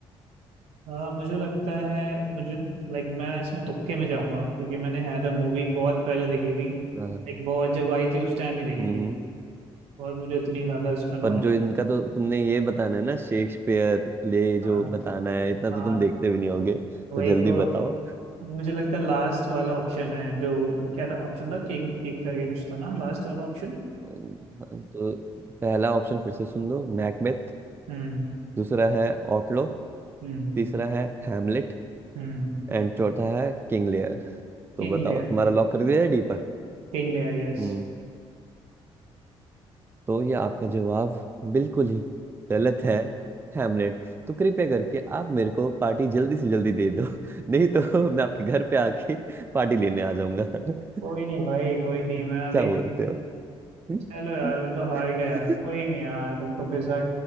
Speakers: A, on the right; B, on the right.
A: हाँ मुझे लगता है मुझे लाइक मैं इसमें तुक्के में जाऊंगा क्योंकि मैंने हैदर मूवी बहुत पहले देखी थी
B: हाँ
A: एक बहुत जब आई थी उस टाइम ही देखी
B: हम्म
A: थी और मुझे इतनी ज्यादा इसमें नॉलेज
B: पर जो इनका
A: नहीं
B: तो
A: थी
B: तुमने ये बताना है ना शेक्सपियर प्ले जो
A: हाँ
B: बताना है इतना तो
A: हाँ
B: तुम देखते भी नहीं होगे तो
A: वही
B: जल्दी
A: तो
B: बताओ
A: मुझे लगता है लास्ट वाला ऑप्शन है जो क्या था ऑप्शन था किंग किंग करके कुछ था ना लास्ट वाला ऑप्शन
B: तो पहला ऑप्शन फिर से सुन लो मैकबेथ
A: हम्म
B: दूसरा है ऑटलो
A: हम्म
B: तीसरा है हैमलेट
A: हम्म
B: एंड चौथा है किंग लियर तो
A: King
B: बताओ
A: Lear
B: तुम्हारा लॉक कर दिया है डी पर
A: King Lear yes
B: हम्म तो ये आपका जवाब बिल्कुल ही गलत है हैमलेट तो कृपया करके आप मेरे को पार्टी जल्दी से जल्दी दे दो <laughs> नहीं तो मैं आपके घर पे आके पार्टी लेने आ जाऊंगा <laughs>
A: कोई नहीं भाई कोई नहीं मैं अभी
B: क्या बोलते हो हम्म
A: चलो यार मैं तो हार
B: <laughs>
A: गया यार कोई नहीं यार तुमको पैसा